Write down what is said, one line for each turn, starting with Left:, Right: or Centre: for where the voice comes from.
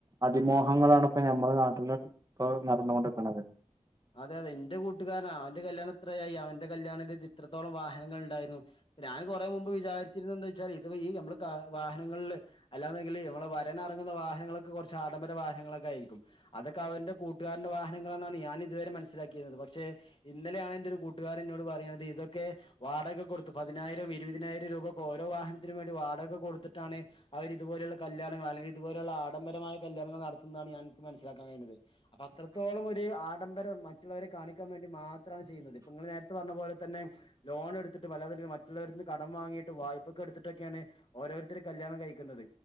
Right: അതിമോഹങ്ങളാണ് ഇപ്പ നമ്മ പിന്നെ അ നടന്നുകൊണ്ടിരിക്കണത്
Left: അതെ അതെ എന്റെ കൂട്ടുകാരനാ അവന്റെ കല്യാണത്രയായി അവൻന്റെ കല്യാണ ഇത്രത്തോളം വാഹനങ്ങൾ ഇ ണ്ടായിരുന്നു ഞാൻ കൊറേ മുമ്പ് വിചാരിച്ചിരുന്നന്ന് വെ ച്ചെ ഇത് ഈ അമ്മള് കാ വാഹനങ്ങളില് അല്ലാതെങ്കില് അമ്മള് വരൻ എറങ്ങുന്ന വാഹനങ്ങളൊക്കെ കൊറച്ച് ആഡംബര വന ങ്ങളക്കെയിരിക്കും അതൊക്കെ അവന്റെ കൂട്ടുകാരന്റെ വാഹനങ്ങളാന്നാ ണ് ഞാന് ഇതുവരെ മനസ്സിലാക്കിരുന്നത് പക്ഷെ ഇന്നലെയാണ് എന്റെ ഒരു കൂട്ടുകാരൻ എന്നോട് പറയുന്നത്. ഇതൊക്കെ വാടക കൊടുത്ത് പിനായിരം ഇരുവതിനായിരം രൂപ ഒക്കൊ ഓരോ വാഹനത്തിനും വേണ്ടി വാടക കൊടുത്തിട്ടാണ് അവര് ഇത് പോലുള്ള കല്യാണങ്ങ അല്ലെങ്കി ഇതുപോലുള്ള ആഡംബരമായ കല്യാണങ്ങൾ നടത്തുന്നാണ് ഞാന് നിക്ക് മനസ്സിലാക്കൻ കഴിഞ്ഞത്. അപാം അത്രത്തോളം ഒരു ആഡംബരം മ റ്റുള്ളവരെ കാണിക്കാൻ വേണ്ടി മാത്രമാണ് ചെയ്യുന്നത്. ഇപ്പ നിങ്ങള് നേരത്തെ പറഞ്ഞ പോലെ തന്നെ ലോൺ എടു ത്ത് ട്ട് വല്ലാതെ ന്തിനാ മറ്റുള്ളവരടുത്ത് നിന്ന് കടം വാങ്ങിയിട്ട് വായ്പൊക്കെ എടുത്തിട്ടൊക്കെയാണ് ഓരോരുത്തര് കല്യാണം കഴിക്കുന്നുത്.